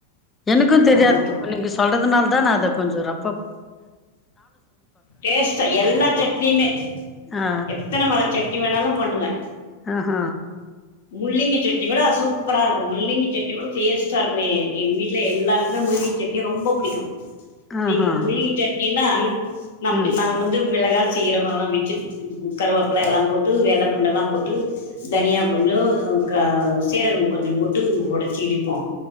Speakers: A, on the left (about 15°); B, on the left (about 60°).
A: எனக்கு தெரியாது
B: நா ஊத்த
A: இப்ப
B: மாட்டே
A: நீங்க சொல்றதுனாலதா நா அத கொஞ்ச ரொம்
B: டேஸ்ட்டா எல்லா சட்னியுமே
A: ஆ
B: எத்தன வக சட்னி வேணாலு பண்ணுவே
A: அ ஹ
B: முள்ளிங்கி சட்னி கூட சூப்பரா இருக்கு முள்ளிங்கி சட்னி கூட டேஸ்ட்டார்க்கு எ எங்க வீ்ட்ல எல்லாருக்குமே முள்ளிங்கி சட்னி ரொம்ப புடிக்கு நீங்க
A: ஆஹா
B: மிள்ளங் சட்னின்னா நம்
A: ம்
B: நாங்க வந்து மிளகா சீரக எல்லா வெச்சு கருவேப்பல எல்லா போட்டு வெள்ள பூண்டெலா போட்டு தனியா கொஞ்சொ க சீரகொ கொஞ்சொ போட்டு ஒடச்சி இடிப்போ